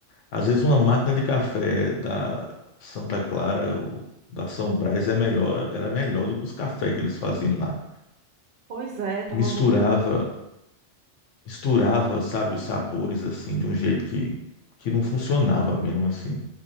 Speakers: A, on the left (about 80°); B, on the right (about 60°).
A: Às vezes uma máquina de café da Santa Clara ou da São Brás é melhor, era melhor do que os cafés que eles faziam lá.
B: Pois é, tava
A: Misturava,
B: muito.
A: misturava, sabe, os sabores assim de um jeito que, que não funcionava mesmo assim.